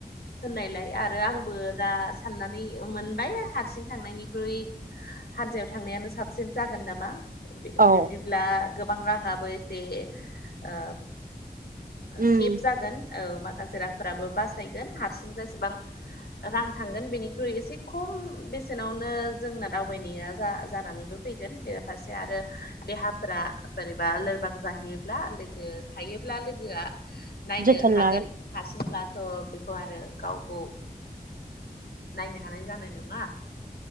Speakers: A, on the left; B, on the right.
A: होननायलाय आरो आंबो दा साननानै मोनबाय हारसिं थांनायनिख्रुइ हानजायाव थांनायानो साबसिन जागोन नामा? बिब्दिब्ला
B: औ
A: गोबां राङाबो एसे ओ
B: उम
A: सेफ जागोन औ माखासे रांफोराबो बासायगोन हारसिं जेसेबां रां थांगोन बेनिख्रुइ एसे खम बेसेनावनो जोंना दावबायनाया जा जानानैबो फैगोन बे फासे आरो देहाफोरा बोरैबा लोरबां जाहैयोब्ला लोगो थायोब्ला लोगोआ नायनो
B: जोथोन
A: हागोन
B: लागोन
A: हारसिंब्लाथ' बेखौ आरो गाव गाव नायनो हानाय जानाय नङा।